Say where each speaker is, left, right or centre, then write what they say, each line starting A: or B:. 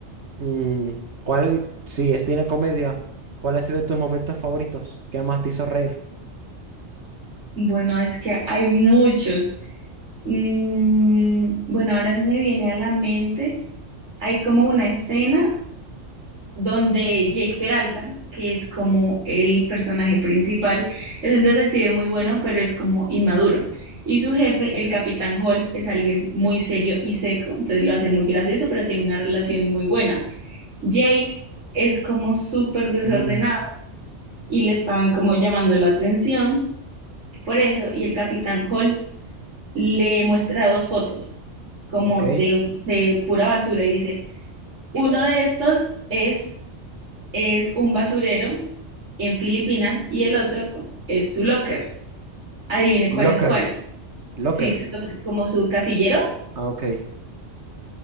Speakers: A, on the right (about 65°); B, on the right (about 85°).
A: mm, cuál, si es, tiene comedia, cuál ha sido tus momentos favoritos? ¿Qué más te hizo reír?
B: Bueno, es que hay muchos. Mm, bueno, ahora se me viene a la mente, hay como una escena. donde Jake Peralta, que es como el personaje principal, es un detective muy bueno, pero es como inmaduro. Y su jefe, el Capitán Holt, es alguien muy serio y seco, entonces lo hace muy gracioso, pero tiene una relación muy buena. Jake es como súper desordenado
A: Mm,
B: y le estaban como llamando la atención por eso, y el Capitán Holt le muestra dos fotos como
A: ok.
B: de, de pura basura y dice, uno de estos es es un basurero en Filipinas y el otro es su locker. Adivine
A: Locker,
B: cuál es cuál.
A: Locker.
B: Sí, su locker, como su casillero.
A: Ah, ok.